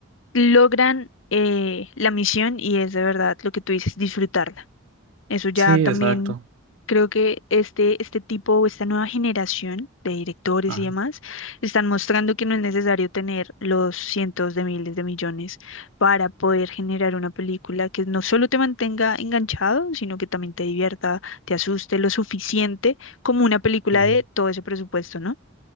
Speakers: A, on the left (about 70°); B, on the right (about 65°).
A: Logran eh, la misión y es de verdad lo que tú dices, disfrutarla. Eso ya
B: Sí,
A: también
B: exacto.
A: creo que este, este tipo o esta nueva generación de directores
B: Ajá,
A: y demás están mostrando que no es necesario tener los cientos de miles de millones para poder generar una película que no solo te mantenga enganchado, sino que también te divierta, te asuste lo suficiente como una película
B: sí.
A: de todo ese presupuesto, ¿no?